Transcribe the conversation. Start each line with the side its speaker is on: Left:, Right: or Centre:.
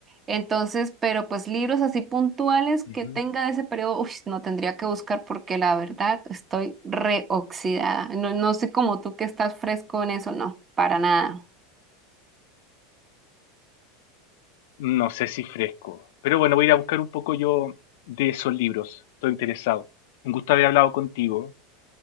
Right: Entonces, pero pues libros así puntuales que
Left: Ujú.
Right: tenga de ese periodo, uy, no tendría que buscar porque la verdad estoy reoxidada. No, no soy como tú que estás fresco en eso, no, para nada.
Left: No sé si fresco, pero bueno, voy a ir a buscar un poco yo de esos libros. Estoy interesado. Un gusto haber hablado contigo.